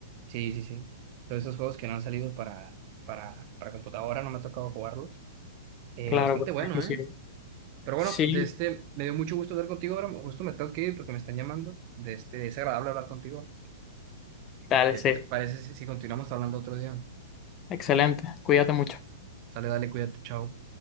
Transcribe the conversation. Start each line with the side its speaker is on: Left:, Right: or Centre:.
Right: Sí, sí, sí. Todos esos juegos que no han salido para, para, para computadora, no me ha tocado jugarlos. Eh,
Left: Claro,
Right: bastante
Left: pues,
Right: bueno,
Left: exclusivo.
Right: ¿eh? Pero
Left: Sí,
Right: bueno, de este, me dio mucho gusto hablar contigo ahora. Justo me tengo que ir porque me están llamando. De este, es agradable hablar contigo.
Left: dale,
Right: De
Left: sí.
Right: este, ¿te parece si, si continuamos hablando otro día?
Left: Excelente. Cuídate mucho.
Right: Sale, dale, cuídate, chao.